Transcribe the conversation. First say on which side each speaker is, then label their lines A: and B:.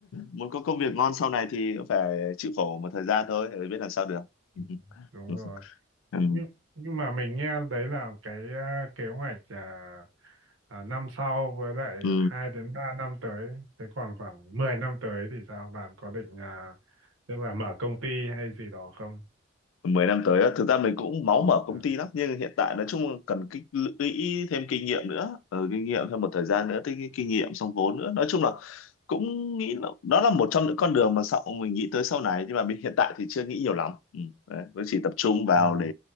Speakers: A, on the left; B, on the right.
A: muốn có công việc ngon sau này thì cũng phải chịu khổ một thời gian thôi biết làm sao được
B: Ừ,
A: <laughs>
B: đúng
A: Ừ.
B: rồi
A: Ừ.
B: nhưng nhưng mà mình nghe đấy là cái à, kế hoạch à, à, năm sau với lại
A: Ừ.
B: à, 2 đến 3 năm tới thế còn khoảng 10 năm tới thì sao bạn có định à, tức là mở công ty hay gì đó không
A: mười năm tới á, thực ra mình cũng máu mở công
B: à,
A: ty lắm nhưng hiện tại nói chung là cần tích lũy thêm kinh nghiệm nữa ừ, kinh nghiệm thêm một thời gian nữa tích kinh nghiệm xong vốn nữa nói chung là cũng nghĩ là đó là một trong những con đường mà sau mình nghĩ tới sau này nhưng mà mình hiện tại thì chưa nghĩ nhiều lắm ừ, đấy, vẫn chỉ tập trung vào
B: ừ.
A: để